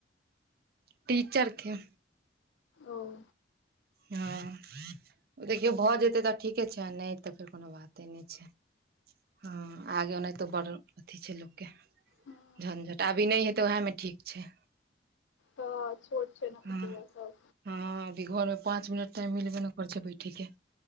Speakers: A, on the right; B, on the left.
A: टीचर के।
B: ओं।
A: हँ देखियौ भ जेतै त ठीके छैन नय त फेर, कोनो बाते नै छै, हँ अगाँ ओना तो बड़ अथी छै लोक के,
B: हँ
A: झनझट अभी नय हेतैय ओहैमें ठीक छै।
B: हँ छोट छै ना
A: हँ
B: बौआ सब।
A: हँ अभी घरमें पाँच मिनट टाइम मिलबे नै करै छै बैठे के।